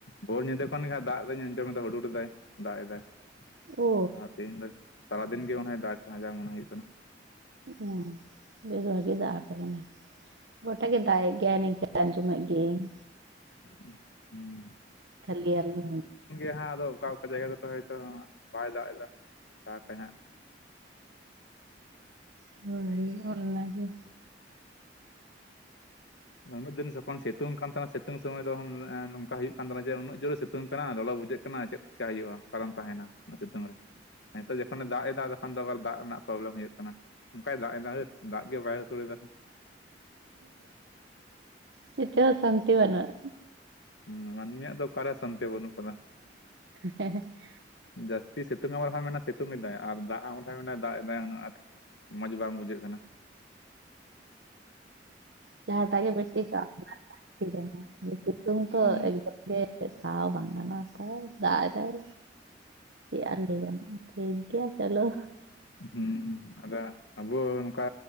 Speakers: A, on the left; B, on the right.
A: ᱵᱳᱨ ᱧᱤᱫᱟᱹ ᱠᱷᱚᱱ ᱜᱮ ᱦᱟᱸ ᱫᱟᱜ ᱮᱫᱟᱹᱧ ᱟᱸᱡᱚᱢ ᱮᱟ ᱦᱩᱰᱩᱨ ᱮᱟᱭ ᱫᱟᱜ ᱮᱫᱟᱭ᱾ <unintelligible>
B: ᱳ
A: ᱛᱮᱦᱮᱧ ᱫᱚ ᱥᱟᱨᱟᱫᱤᱱ ᱜᱮ ᱢᱚᱱᱮ ᱫᱟᱜ ᱠᱟᱭ ᱡᱟᱦᱟ ᱢᱚᱱᱮ ᱦᱩᱭᱩᱜ ᱠᱟᱱᱟ᱾
B: ᱚ ᱵᱮᱥ ᱵᱷᱟᱜᱤ ᱫᱟᱜ ᱟᱯᱮ ᱠᱟᱱᱟᱭ, ᱜᱚᱴᱟᱜ ᱜᱮ ᱫᱟᱜᱫ ᱜᱮᱭᱟᱭ ᱱᱤᱝᱠ ᱟᱸᱡᱚᱢᱮᱫ ᱜᱮ ᱭᱟᱹᱧ
A: ᱦᱩᱸ
B: ᱠᱷᱟᱹᱟᱞ ᱟᱞᱮ <unintelligible>
A: ᱡᱟᱦᱟᱸ ᱟᱫᱚ ᱚᱠᱟ ᱚᱠᱟ ᱡᱟᱭᱜᱟ ᱨᱮᱛᱚ ᱦᱚᱭᱛᱳ ᱵᱟᱭ ᱫᱟᱜ ᱮᱫᱟ ᱫᱟᱜᱟᱭ ᱦᱟᱸᱜ᱾
B: <inaudible> ᱵᱷᱟᱹᱜᱤ ᱜᱮ ᱚᱱᱟ ᱜᱮ᱾
A: <inaudible> ᱩᱱᱟᱹᱜ ᱫᱤᱱ ᱡᱚᱠᱷᱚᱱ ᱥᱤᱛᱩᱝ ᱠᱟᱱ ᱛᱟᱦᱮᱸᱱᱟ ᱥᱤᱛᱩᱝ ᱥᱚᱢᱚᱭ ᱫᱚ ᱮᱸ ᱱᱚᱝᱠᱟ ᱦᱩᱭᱩᱜ ᱠᱟᱱ ᱛᱟᱦᱮᱸᱱᱟ ᱡᱮ ᱩᱱᱟᱹᱜ ᱡᱨᱮ ᱥᱤᱛᱩᱝ ᱠᱟᱱᱟ ᱞᱚᱞᱚ ᱵᱩᱡᱷᱟᱹᱜ ᱠᱟᱱᱟ ᱪᱮᱫ ᱠᱟ ᱦᱩᱭᱩᱜᱼᱟ ᱚᱠᱟᱨᱮᱢ ᱛᱟᱦᱮᱸᱱᱟ ᱩᱱᱟᱹᱜ ᱥᱤᱛᱩᱝ ᱨᱮ? ᱱᱤᱛᱳ ᱡᱚᱠᱷᱚᱱᱮ ᱫᱟᱜ ᱮᱫᱟ ᱛᱚᱠᱷᱚᱱ ᱫᱚ ᱟᱵᱟᱨ ᱫᱟᱜ ᱨᱮᱱᱟᱜ ᱯᱨᱚᱵᱞᱮᱢ ᱦᱩᱭᱩᱜ ᱠᱟᱱᱟ᱾ ᱚᱱᱠᱟᱭ ᱫᱟᱜ ᱮᱫᱟ ᱦᱳᱭ ᱫᱟᱜ ᱜᱮ ᱵᱟᱭ ᱟᱹᱥᱳᱲᱮᱫᱟ᱾
B: ᱪᱮᱫ ᱛᱮᱦᱚᱸ ᱥᱟᱹᱱᱛᱤ ᱵᱟᱹᱱᱩᱜᱼᱟ᱾
A: ᱦᱩᱸ ᱢᱟᱹᱱᱢᱤᱭᱟᱜ ᱫᱚ ᱚᱠᱟᱨᱮ ᱥᱟᱱᱛᱤ ᱵᱟᱹᱱᱩᱜ ᱠᱟᱫᱟ᱾
B: <unintelligible>
A: ᱡᱟᱹᱥᱛᱤ ᱥᱤᱛᱩᱝ ᱟᱢ ᱨᱮᱦᱚᱸ ᱢᱮᱱᱟ ᱥᱤᱛᱩᱝ ᱮᱫᱟᱭ ᱟᱨ ᱫᱟᱜ ᱟᱢ ᱨᱮᱦᱚᱸ ᱢᱮᱱᱟ ᱫᱟᱜ ᱮ ᱫᱟᱭ ᱩᱱᱟᱹ ᱟᱸᱴ ᱢᱚᱸᱡ ᱵᱟᱝ ᱵᱩᱡᱷᱟᱹᱜ ᱠᱟᱱᱟ᱾
B: ᱡᱟᱦᱟᱸᱴᱟᱜ ᱜᱮ <inaudible> ᱴᱷᱤᱠ <inaudible> ᱥᱤᱛᱩᱝ ᱛᱚ
A: ᱦᱩᱸ
B: ᱮᱠᱫᱚᱢ ᱜᱮ ᱥᱟᱦᱟᱣ ᱵᱟᱝ ᱜᱟᱱᱚᱜᱼᱟ ᱛᱟᱣ ᱫᱟᱜ ᱮᱫᱟᱭ᱾ ᱪᱮᱜ ᱟᱨ ᱞᱟᱹᱭ ᱟᱢ ᱴᱷᱤᱠ ᱜᱮᱭᱟ ᱪᱚᱞᱚ
A: ᱦᱩᱸ ᱦᱩᱸ ᱟᱫᱚ ᱟᱵᱚ ᱱᱚᱝᱠᱟ